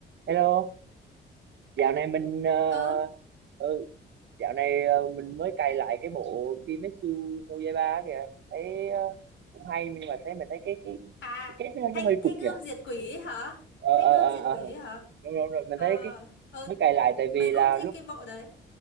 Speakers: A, on the right (about 60°); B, on the left (about 65°).
A: Hello, dạo này mình ờ,
B: ừ
A: ừ, dạo này ờ, mình mới cày lại cái bộ Kimetsu no Yaiba á kìa. Thấy ờ, cũng hay nhưng mà thấy mình thấy cái cái
B: à
A: cái kết nó,
B: thanh
A: nó hơi
B: thanh
A: cục
B: gươm
A: nhỉ.
B: diệt quỷ ấy hả
A: Ờ
B: thanh
A: ờ
B: gươm diệt
A: ờ
B: quỷ
A: ờ.
B: ấy hả
A: Đúng rồi, đúng rồi, mình
B: ờ
A: thấy cái
B: ừ
A: mới cày lại tại
B: mình
A: vì là
B: cũng thích
A: lúc
B: cái bộ đấy